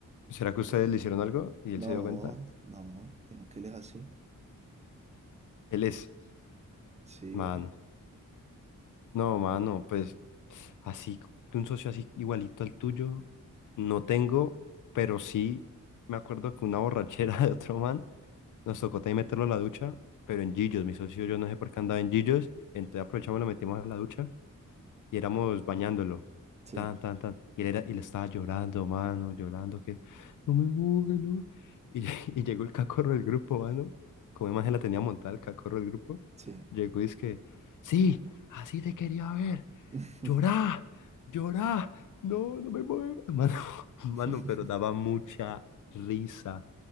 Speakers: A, on the left (about 65°); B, on the right (about 20°).
A: ¿Será que ustedes le hicieron algo y él
B: No,
A: se dio cuenta?
B: no, sino que él es así.
A: Él es,
B: Sí,
A: mano. No, mano, pues así, de un socio así igualito al tuyo, no tengo, pero sí me acuerdo que una borrachera <laughs> de otro man nos tocó también meterlo a la ducha, pero en Gillos, mi socio yo no sé por qué andaba en Gillos, entonces aprovechamos, lo metimos a la ducha y éramos bañándolo,
B: sí,
A: tan, tan, tan, y él, era, y él estaba llorando, mano, llorando, que no me moje, no. Y, lle- <laughs> y llegó el cacorro del grupo, mano, como imagen la tenía montada el cacorro del grupo,
B: sí.
A: llegó y es que, sí, así te quería ver
B: <laughs>
A: llorá, llorá, no, no me muevas, mano, <laughs> mano,
B: <laughs>
A: pero daba mucha risa.